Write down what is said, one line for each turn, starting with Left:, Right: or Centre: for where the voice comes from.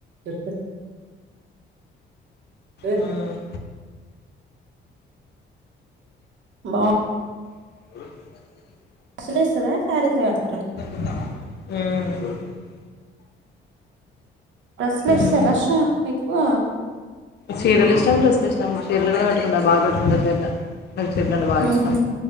Right: చెప్పు ఏ
Left: ఉమ్
Right: బా
Left: అ
Right: బస్ల ఓస్తున్నరా కార్కా
Left: ఉమ్
Right: బస్ల ఒస్తే
Left: ఉమ్
Right: రష్ ఎక్కువ
Left: చీరలు ఇష్టం డ్రస్సులు ఇష్టం చీరలు కూడా కట్టుకుంట బాగా కట్టుకుంట చీరలు నాకు చీరలు అంటే బాగా
Right: ఊహూ
Left: ఇష్టం